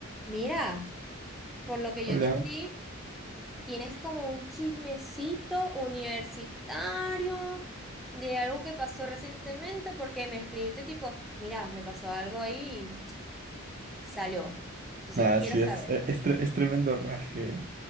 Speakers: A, in the centre; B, on the right.
A: Mira, por lo que yo
B: Hola.
A: entendí, tienes como un chismecito universitario de algo que pasó recientemente porque me escribiste tipo, mira, me pasó algo ahí y salió. Entonces
B: Nada,
A: quiero
B: sí,
A: saber.
B: es, e- es, tre- es tremendo raje.